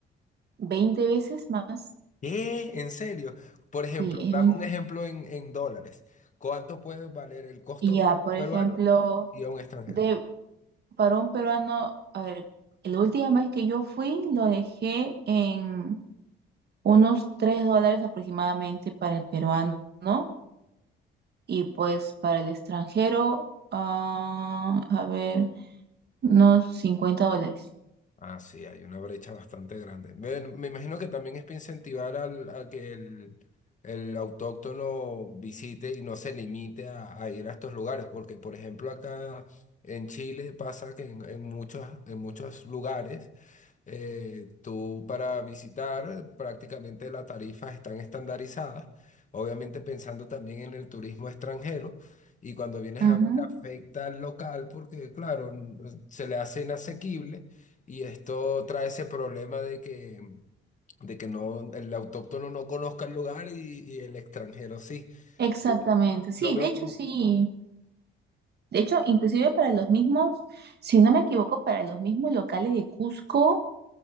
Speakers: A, on the right; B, on the left.
A: 20 veces más.
B: ¿Qué? ¿En serio? Por ejemplo,
A: Sí, es
B: dame
A: 20.
B: un ejemplo en, en dólares. ¿Cuánto puede valer el costo
A: Y ya,
B: para
A: por
B: un peruano
A: ejemplo,
B: y a un extranjero?
A: de, para un peruano, a ver, la última vez que yo fui lo dejé en unos 3 dólares aproximadamente para el peruano, ¿no? Y pues para el extranjero, ah, a ver, unos 50 dólares.
B: Ah, sí, hay una brecha bastante grande. Bueno, me imagino que también es para incentivar al, a que el, el autóctono visite y no se limite a, a ir a estos lugares, porque por ejemplo acá en Chile pasa que en, en muchos, en muchos lugares eh, tú para visitar, prácticamente las tarifas están estandarizadas, obviamente pensando también en el turismo extranjero. Y cuando vienes a
A: Ujú.
B: ver, afecta al local porque, claro, n- se le hace inasequible y esto trae ese problema de que, de que no, el autóctono no conozca el lugar y, y el extranjero sí.
A: Exactamente,
B: Sí,
A: sí,
B: Lo veo
A: de hecho
B: como...
A: sí. De hecho, inclusive para los mismos, si no me equivoco, para los mismos locales de Cusco,